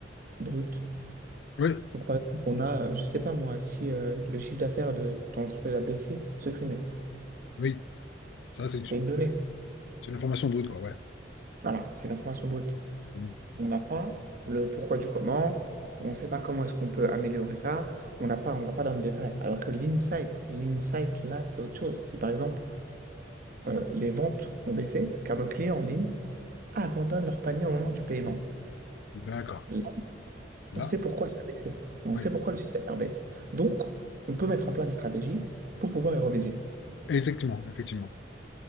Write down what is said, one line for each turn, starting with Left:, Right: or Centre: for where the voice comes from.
Right: brute.
Left: Oui,
Right: Donc, par exemple, on a, euh, je sais pas moi, si euh, le chiffre d'affaires de ton entreprise a baissé ce trimestre,
Left: oui. Ça, c'est
Right: c'est une donnée.
Left: c'est une information brute, quoi. Ouais.
Right: Voilà, c'est une information brute.
Left: Mm.
Right: On n'a pas le pourquoi du comment, on ne sait pas comment est-ce qu'on peut améliorer ça, on n'a pas, on va pas dans le détail. Alors que l'insight, l'insight là, c'est autre chose. Si par exemple, euh, les ventes ont baissé, car nos clients en ligne abandonnent leur panier au moment du paiement,
Left: D'accord.
Right: là,
Left: Là,
Right: on sait pourquoi ça a baissé. On
Left: oui.
Right: sait pourquoi le chiffre d'affaires baisse. Donc, on peut mettre en place des stratégies pour pouvoir y remédier.
Left: Exactement, effectivement.